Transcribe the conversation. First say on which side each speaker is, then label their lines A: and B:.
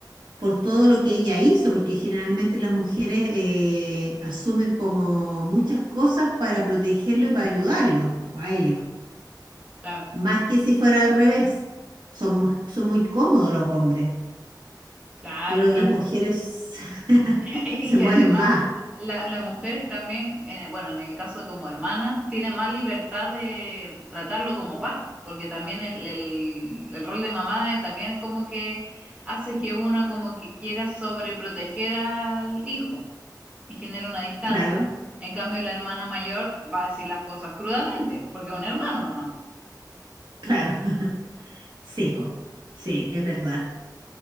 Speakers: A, on the right; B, on the right.
A: por todo lo que ella hizo, porque generalmente las mujeres eh, asumen como muchas cosas para protegerlo y para ayudarlos, po, a ellos,
B: claro,
A: más que si fuera al revés, son, mu- son muy cómodos los hombres.
B: claro.
A: Yo creo que
B: Y
A: las
B: es
A: mujeres <laughs>
B: <laughs> Y
A: se
B: que
A: mueven
B: además
A: más,
B: la- las mujeres también, en el- bueno, en el caso de como hermanas, tienen más libertad de tratarlo como par, porque también el, el- el rol de mamá eh, también como que hace que una como que quiera sobreproteger al hijo y genera una distancia.
A: claro,
B: En cambio, la hermana mayor va a decir las cosas crudamente, porque es un hermano nomás.
A: claro. <laughs> Sí, po. Sí, es verdad,